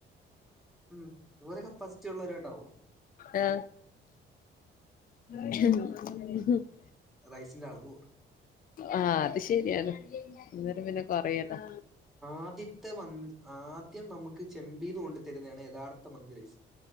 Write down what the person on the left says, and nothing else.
ആഹ <inaudible>
ആഹ അത് ശരിയാണ അന്നേരം പിന്നെ കൊറയല്ലാ